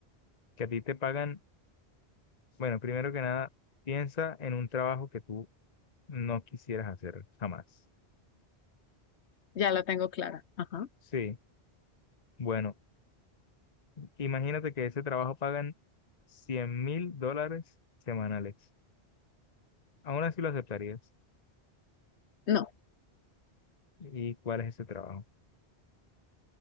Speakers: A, on the left; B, on the left.
A: que a ti te pagan, bueno, primero que nada, piensa en un trabajo que tú no quisieras hacer jamás.
B: Ya la tengo clara. Ajá.
A: Sí, bueno, imagínate que ese trabajo pagan cien mil dólares semanales. Aún así lo aceptarías.
B: No.
A: ¿Y cuál es ese trabajo?